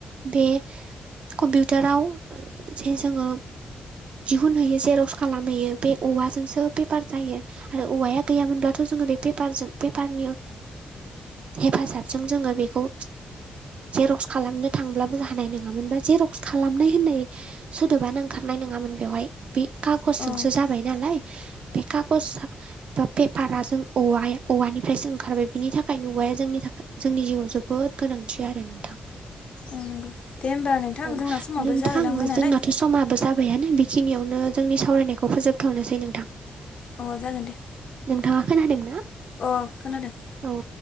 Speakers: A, on the right; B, on the left.
A: बे कम्पिउटाराव जे जोङो फुनहैयो जेरक्स खालामहैयो बे औवाजोंसो बेफार जायो। आरो औवाया गैयामोनब्लाथ' जोङो बेेपारजों पेपारनि हेफाजाबजों जोङो बेखौ जेरक्स खालामनो थांब्लाबो हानाय नङामोन बा जेरक्स खालामनाय होननाय सोदोबानो ओंखारनाय नङामोन बेवहाय बे खागजजोंसो
B: औ
A: जाबाय नालाय बेे खागसया बा पेपारा जों औवा औवानिफ्रायसो ओंखारबाय बिनि थाखायनो औवाया जोंनि थाखाय जोंनि जिउआव जोबोद गोनांथि आरो नोंथां।
B: औ नंगौ दे होमबा नोंथां
A: औ
B: जोंना समावबो
A: नोंथां
B: जाहोलांबाय नालाय
A: जोंनाथ' समाबो जाबायानो बेखिनियावनो जोंनि सावरायनायखौ फोजोबथ'नोसै नोंथां।
B: अ जागोन दे।
A: नोंथाङा खोनादों ना?
B: अ खोनादों।
A: औ